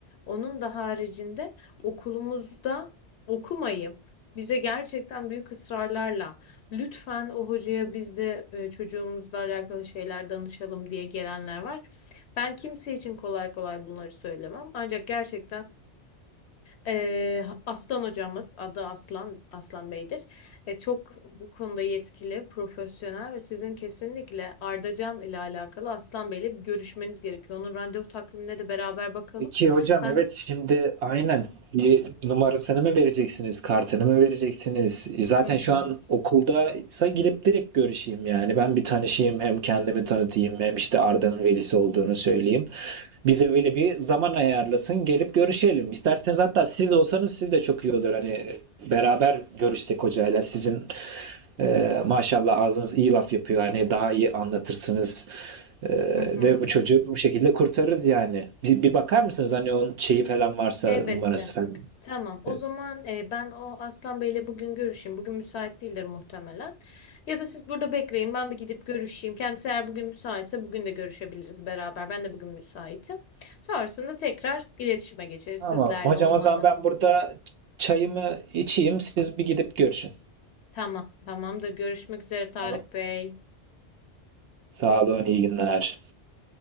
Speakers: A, on the left; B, on the right.
A: onun da haricinde okulumuzda okumayıp bize gerçekten büyük ısrarlarla lütfen o hocaya biz de e, çocuğumuzla alakalı şeyler danışalım diye gelenler var. Ben kimse için kolay kolay bunları söylemem. Ancak gerçekten eee, Aslan hocamız, adı Aslan, Aslan Bey'dir. E, çok bu konuda yetkili, profesyonel ve sizin kesinlikle Ardacan ile alakalı Aslan Bey'le bir görüşmeniz gerekiyor. Onun randevu takvimine de beraber bakalım.
B: Peki hocam
A: Ben...
B: evet şimdi aynen bir numarasını mı vereceksiniz, kartını mı vereceksiniz? E, Zaten
A: Hı
B: şu
A: hı.
B: an okuldaysa gidip direkt görüşeyim yani. Ben bir tanışayım hem kendimi tanıtayım hem işte Arda'nın velisi olduğunu söyleyeyim. Bize öyle bir zaman ayarlasın gelip görüşelim. İsterseniz hatta siz olsanız siz de çok iyi olur. Hani beraber görüşsek hocayla sizin e, maşallah ağzınız iyi laf yapıyor. Hani daha iyi anlatırsınız. Ee,
A: Hı hı.
B: ve bu çocuğu bu şekilde kurtarırız yani. Bir, bir bakar mısınız hani onun şeyi falan varsa
A: Elbette.
B: numarası falan.
A: Tamam. O
B: Evet.
A: zaman e, ben o Aslan Bey'le bugün görüşeyim. Bugün müsait değildir muhtemelen. Ya da siz burada bekleyin. Ben bir gidip görüşeyim. Kendisi eğer bugün müsaitse bugün de görüşebiliriz beraber. Ben de bugün müsaitim. Sonrasında tekrar iletişime geçeriz
B: Ama
A: sizlerle
B: hocam
A: olmadı.
B: o zaman ben burada çayımı içeyim siz bir gidip görüşün.
A: Tamam. Tamamdır. Görüşmek üzere Tarık
B: Tamam.
A: Bey.
B: Sağ olun iyi günler.